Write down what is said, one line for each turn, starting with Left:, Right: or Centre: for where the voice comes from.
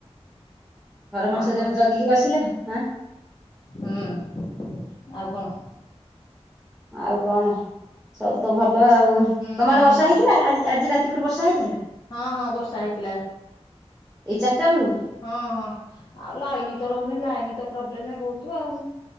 Centre: ଘର ମଣିଷ
Left: ଆଉ କଣ
Centre: ଜଣେ ଜଗିକି ବସିଲା ଆଁ।
Left: ହୁଁ ଆଉ କଣ?
Centre: ଆଉ କଣ? ସବୁ ତ ଭଲ ଆଉ ତମ
Left: ହୁଁ ହୁଁ
Centre: ଆଡେ ବର୍ଷା
Left: ହୁଁ।
Centre: ହେଇଥିଲା ଆଜି ଆଜି ରାତି କୁରୁ ବର୍ଷା ହେଇଥିଲା।
Left: ହଁ, ହଁ ବର୍ଷା ହେଇଥିଲା।
Centre: ଏଇ ଚାରିଟା ବେଳୁ।
Left: ହଁ, ହଁ ଆଉ ଲାଇନ ତ ରହୁନି ଲାଇନ ତ ପ୍ରୋବ୍ଲେମ ବହୁତ ଆଉ।